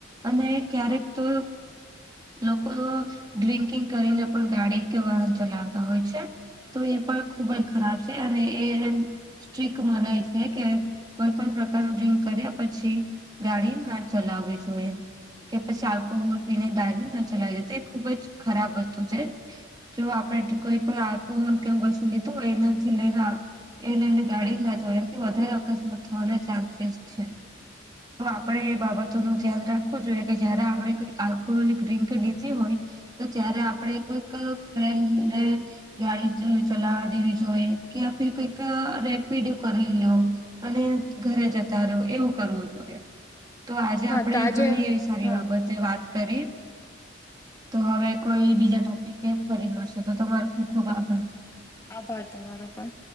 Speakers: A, on the right (about 20°); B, on the left (about 15°).
A: અને ક્યારેક તો લોકો તો ડ્રિંકિંગ કરીને પણ ગાડી કે વાહન ચલાવતા હોય છે. તો એ પણગ ખુબ જ ખરાબ છે અને એન સ્ટ્રીક મનાય છે કે કોઈ પણ પ્રકારનું ડ્રિન્ક કર્યા પછી ગાડી જ ના ચલાવી જોઈએ કે પછી આલ્કોહોલ પીને ગાડી ના ચલાવીએ તે ખુબ જ ખરાબ વસ્તુ છે. જો આપડે કોઈ <unintelligible> વસ્તુ લીધું એનાથી લઈને એ લઈને ગાડી જ ના જવાય એમથી વધારે અકસ્માત થવાના ચાન્સીસ છે. તો આપડે એ બાબતો નું ધ્યાન રાખવું જોઈએ કે જયારે આપણે કંઈ કામ કો ડ્રિંક લીધી હોય તો ત્યારે આપણે કોઈક ફ્રેન્ડને ગાડી જ ચલાવા દેવી જોઈએ કે આપડે કઈક રેપિડ કરાઈ લેવું અને ઘરે જતા રહો એવું કરવું જોઈએ. તો આજે આપણેે
B: હા તો આજે
A: ઘણી એવી સારી
B: હા
A: બાબતે વાત કરી. તો હવે કોઈ બીજા ટોપિક કેમ કરી મારશું તો તમારો ખુબ ખુબ આભાર.
B: આભાર તમારો પણ.